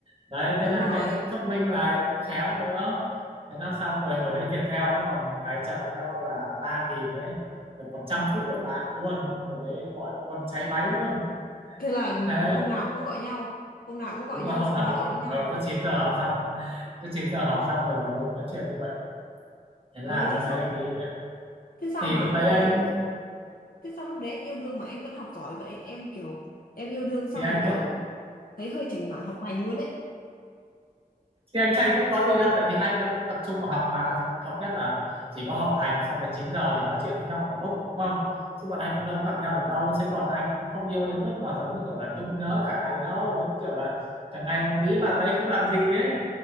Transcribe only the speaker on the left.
Đúng
rồi.
Thế là
hôm nào cũng gọi nhau, hôm nào cũng gọi
nhau
xong
nói
chuyện với nhau.
Ờ
thế
sao?
Thế sao
mà
lúc
đấy,
thế sao lúc đấy anh yêu đương mà anh vẫn học giỏi vậy? Em kiểu em yêu đương xong
rồi kiểu
thấy hơi chảnh mảng học hành luôn đấy.